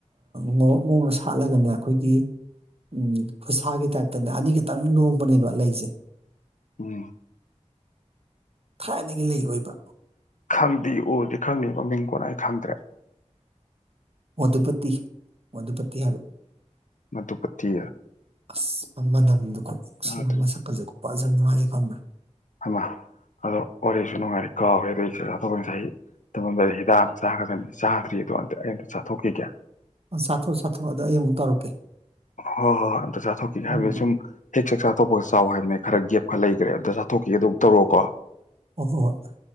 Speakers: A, on the right; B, on the left.
A: ꯉꯣꯔꯣꯛ ꯉꯧꯅ ꯁꯥꯠꯂꯒꯅꯦ ꯑꯩꯈꯣꯏꯒꯤ ꯎꯝ ꯈꯨꯠꯁꯥꯒꯤ ꯇꯥꯏꯞꯇꯅꯦ ꯑꯅꯤꯈꯇꯪ ꯂꯣꯡꯕꯅꯦꯕ ꯂꯩꯁꯦ
B: ꯎꯝ
A: ꯊꯥꯏꯅꯗꯒꯤꯅ ꯑꯣꯏꯕ
B: ꯈꯪꯗꯦ ꯎꯗꯤ ꯈꯪꯉꯕ ꯃꯤꯡ ꯀꯣꯟꯅꯥ ꯑꯩ ꯈꯪꯗ꯭ꯔꯦ
A: ꯃꯗꯨꯨꯄꯇꯤ ꯃꯗꯨꯨꯄꯇꯤ ꯍꯥꯏꯕ
B: ꯃꯗꯨꯄꯇꯤ
A: ꯑꯁ ꯃ ꯃꯅꯝꯗꯨ ꯈꯣꯠꯂꯨ
B: ꯇꯥꯗ꯭ꯔꯤ
A: ꯁꯤ ꯃ ꯑꯃ ꯁꯛꯀꯜꯁꯨꯣ ꯐꯖ ꯅꯨꯡꯉꯥꯏꯌꯦꯦ ꯐꯃꯦ
B: ꯑꯃꯃ ꯑꯗꯣ ꯋꯥꯔꯤꯁꯨ ꯅꯨꯡꯉꯥꯏꯔꯤ ꯀꯥꯎꯋꯦ ꯑꯗꯨꯏꯁꯨ ꯆꯥꯊꯣꯛꯄ ꯉꯁꯥꯏ ꯇꯝꯃꯗꯗ ꯍꯤꯗꯥꯛ ꯑꯃ ꯆꯥꯒꯗꯕꯅꯤ ꯆꯥꯗ꯭ꯔꯤ ꯑꯗꯣ ꯑꯇ ꯑꯩ ꯑꯇ ꯆꯥꯊꯣꯛꯈꯤꯒꯦ
A: ꯁꯥꯊꯣꯛ ꯁꯥꯊꯣꯛ ꯑꯗ ꯑꯩ ꯑꯃꯨꯛ ꯇꯧꯔꯛꯀꯦ
B: ꯍꯣꯏ ꯍꯣꯏ ꯍꯣꯏ ꯑꯗ ꯆꯥꯊꯣꯛꯈꯤꯒꯦ
A: ꯎꯝ
B: ꯍꯥꯏꯕ
A: ꯎꯝ
B: ꯁꯨꯝ ꯍꯦꯛ ꯆ ꯆ ꯑꯥꯇꯣꯄ ꯆꯥꯎ ꯍꯥꯏꯕꯅꯦ ꯈꯔ ꯒꯦꯞ ꯈꯔ ꯂꯩꯈ꯭ꯔꯦ ꯑꯗ ꯆꯥꯊꯣꯛꯈꯤꯒꯦꯗꯧ ꯇꯧꯔꯑꯣꯀꯣ
A: ꯍ ꯍꯣꯏ ꯍꯣꯏ